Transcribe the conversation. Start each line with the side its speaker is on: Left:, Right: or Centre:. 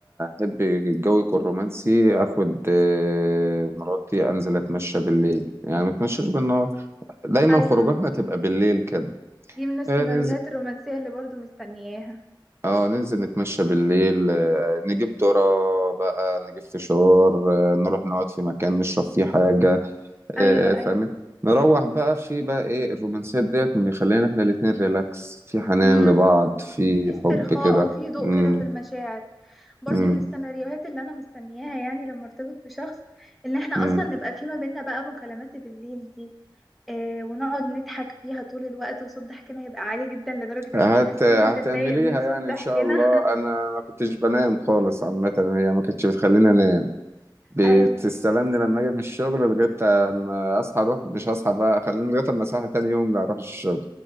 Right: أحب الجو يكون رومانسي أخد آه، مراتي أنزل أتمشى بالليل يعني ما أتمشاش بالنهار دايما
Centre: ايوه
Right: خروجاتنا تبقى بالليل كده
Centre: دي من السيناريوهات
Right: آه، ننزل
Centre: الرومانسية اللي برضو مستنياها
Right: اه ننزل نتمشى بالليل آه، نجيب ذرة بقى نجيب فشار آه، نروح نقعد في مكان نشرب فيه حاجة آه،
Centre: ايوه
Right: فاهم
Centre: ايوه
Right: نروح بقى في بقى ايه الرومانسية ديت مخلينا احنا الاتنين ريلاكس في حنان
Centre: امم
Right: لبعض في
Centre: في استرخاء
Right: حب كده
Centre: وفي هدوء
Right: امم
Centre: كده في المشاعر برضو
Right: امم
Centre: من السيناريوهات اللي انا مستنياها يعني لما ارتبط بشخص ان احنا
Right: امم
Centre: اصلا نبقى في ما بيننا بقى مكالمات بالليل دي إيه ونقعد نضحك فيها طول الوقت وصوت ضحكنا يبقى عالي جدا لدرجة
Right: هت
Centre: ان الناس
Right: هتعمليها
Centre: ممكن تتضايق من صوت
Right: يعني
Centre: ضحكنا
Right: ان شاء الله انا ما كنتش بنام خالص عامة هي ما كانتش بتخليني انام
Centre: <laughs>
Right: بتستلمني
Centre: ايوه
Right: لما اجي من الشغل لغاية اما اصحى اروح مش هصحى بقى خليني لغاية اما اصحى تاني يوم لا اروح الشغل